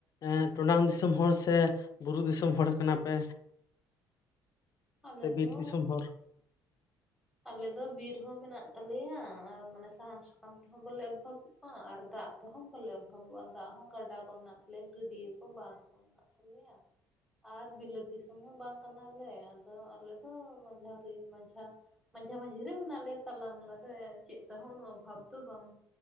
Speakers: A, on the left; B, in the centre.
A: ᱮᱸ ᱴᱚᱰᱟᱝ ᱫᱤᱥᱚᱢ ᱦᱚᱲ ᱥᱮ ᱵᱩᱨᱩ ᱫᱤᱥᱚᱢ ᱦᱚᱲ ᱠᱟᱱᱟ ᱯᱮ?
B: ᱟᱞᱮ
A: ᱥᱮ ᱵᱤᱨ
B: ᱫᱚ
A: ᱫᱤᱥᱚᱢ ᱦᱚᱲ
B: ᱟᱞᱮ ᱫᱚ ᱵᱤᱨ ᱦᱚᱸ ᱢᱮᱱᱟᱜ ᱛᱟᱞᱮᱭᱟ ᱟᱨ ᱢᱟᱱᱮ ᱥᱟᱦᱟᱱ ᱥᱟᱠᱟᱢ ᱛᱮᱦᱚᱸ ᱵᱟᱞᱮ ᱚᱵᱷᱟᱵᱽ ᱵᱚᱜ-ᱟ ᱟᱨ ᱫᱟᱜ ᱛᱮᱦᱚᱸ ᱵᱟᱞᱮ ᱚᱵᱷᱟᱵᱚᱜᱼᱟ ᱫᱟᱜ ᱦᱚᱸ ᱜᱟᱰᱟ ᱠᱚ ᱢᱮᱱᱟᱜ ᱛᱟᱞᱮᱭᱟ ᱜᱟᱹᱰᱭᱟᱹ ᱠᱚ ᱵᱟᱸᱫ ᱠᱚ ᱦᱮᱱᱟᱜ ᱛᱟᱞᱮᱭᱟ᱾ ᱟᱨ ᱵᱤᱞᱟᱹᱛ ᱫᱤᱥᱚᱢ ᱦᱚᱸ ᱵᱟᱝ ᱠᱟᱱᱟᱞᱮ ᱟᱫᱚ ᱟᱞᱮ ᱫᱚ ᱢᱟᱡᱷᱟᱨᱤ ᱢᱟᱡᱷᱟ ᱢᱟᱡᱷᱟ ᱢᱟᱡᱷᱤ ᱨᱮ ᱢᱮᱱᱟᱜ ᱞᱮᱭᱟ ᱛᱟᱞᱟ ᱢᱟᱞᱟ ᱨᱮ ᱪᱮᱫ ᱛᱮᱦᱚᱸ ᱩᱱᱟᱹᱜ ᱚᱵᱷᱟᱵᱽ ᱫᱚ ᱵᱟᱝ᱾